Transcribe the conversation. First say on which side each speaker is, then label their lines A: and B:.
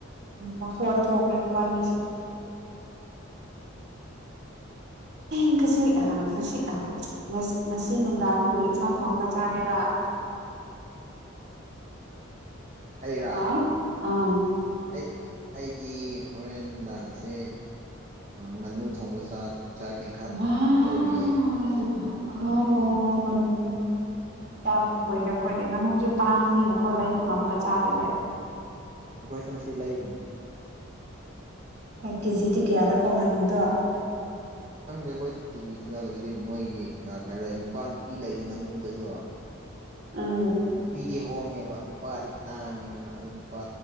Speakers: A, on the right (about 55°); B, on the right (about 35°).
A: ꯃꯈꯣꯟ ꯊꯣꯛꯈ꯭ꯔꯦ ꯃꯣꯏꯕꯥꯟꯅꯤꯁꯦ ꯉꯁꯤ ꯑ ꯉꯁꯤ ꯑ ꯉꯁꯤ ꯅꯨꯡꯗꯥꯡꯗ ꯀꯔꯤ ꯏꯟꯁꯥꯡ ꯊꯣꯡꯔꯥꯒ ꯆꯥꯒꯦꯔꯥ
B: ꯑꯩꯔꯥ
A: ꯍꯥ ꯑꯥ
B: ꯑꯩ ꯑꯩꯗꯤ ꯍꯣꯔꯦꯟ ꯅꯨꯡꯗꯥꯡꯁꯦ ꯉꯥꯅꯨ ꯊꯣꯡꯕ ꯆꯥ ꯆꯥꯒꯦ
A: ꯋꯥꯎ
B: ꯇꯧꯔꯤꯌꯦ
A: ꯋꯥꯎ ꯋꯥꯎ ꯋꯥꯎ ꯉꯥꯅꯨ ꯆꯥꯗ ꯀꯨꯏꯔꯦ ꯑꯩꯈꯣꯏꯗꯤ ꯉꯥꯅꯨꯁꯦ ꯇꯥꯡꯕꯅꯤꯅꯀꯣ ꯂꯩꯕ ꯉꯝꯃꯒꯥ ꯆꯥꯒꯦ ꯑꯩꯈꯣꯏ
B: ꯑꯩꯈꯣꯏꯁꯨ ꯉꯁꯤ ꯂꯩꯔꯤꯅꯦ
A: ꯀꯦꯖꯤꯗꯤ ꯀꯌꯥꯔꯀꯣ ꯉꯥꯅꯨꯗꯣ
B: ꯈꯪꯗꯦ ꯑꯩꯈꯣꯏꯗꯤ ꯀꯤꯖꯤꯗꯤ ꯀꯌꯥꯅꯣ ꯍꯥꯏꯕꯗꯤ ꯃꯣꯏꯒꯤ ꯀꯩꯂꯩ ꯅꯨꯄꯥ ꯅꯨꯄꯤ ꯂꯩꯅ ꯉꯥꯅꯨꯗꯁꯨ
A: ꯎꯝ
B: ꯅꯨꯄꯤꯗꯤ ꯍꯣꯡꯉꯦꯕ ꯅꯨꯄꯥꯗꯤ ꯇꯥꯡꯉꯦꯕ ꯑꯗꯨ ꯅꯨꯄꯥ